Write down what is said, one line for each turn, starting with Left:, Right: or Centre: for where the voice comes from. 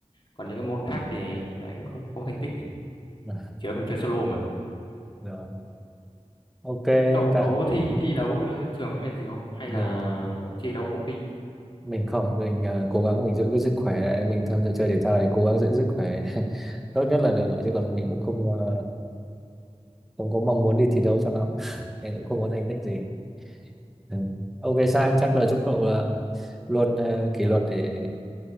Left: Còn những cái môn khác thì hiện tại cũng không không thành tích thì
Centre: À,
Left: chỉ có mình chơi solo mà.
Centre: rồi ok
Left: Cậu
Centre: cả
Left: cậu có thi
Centre: ừ.
Left: thi đấu ờ, trường hay gì không? Hay
Centre: mình
Left: là thi đấu công ty?
Centre: mình không mình ờ, cố gắng mình giữ cái sức khỏe lại. mình tham gia chơi thể thao thì cố gắng giữ sức khỏe <laughs> tốt nhất là được rồi chứ còn mình cũng không ờ, không có mong muốn đi thi đấu cho lắm <laughs> nên cũng không có thành tích gì Ừ. Ok Sang chắc là chúc cậu là luôn ờ, kỷ luật để